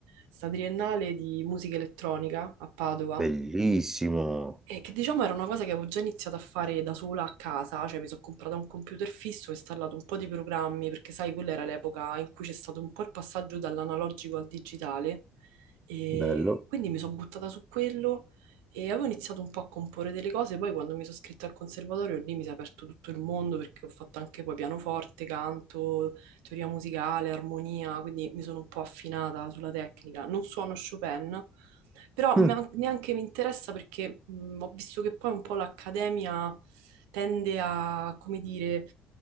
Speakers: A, on the right (about 80°); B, on the right (about 15°).
A: sta triennale di musica elettronica a Padova.
B: bellissimo,
A: E che diciamo era una cosa che avevo già iniziato a fare da sola a casa, cioè mi sono comprata un computer fisso, ho installato un po' di programmi, perché sai, quella era l'epoca in cui c'è stato un po' il passaggio dall'analogico al digitale, e
B: bello.
A: quindi mi sono buttata su quello e avevo iniziato un po' a comporre delle cose, poi quando mi sono iscritta al conservatorio lì mi si è aperto tutto il mondo perché ho fatto anche poi pianoforte, canto, teoria musicale, armonia, quindi mi sono un po' affinata sulla tecnica. Non suono Chopin, però
B: Mm,
A: ma- neanche mi interessa perché mh, ho visto che poi un po' l'Accademia tende a, come dire,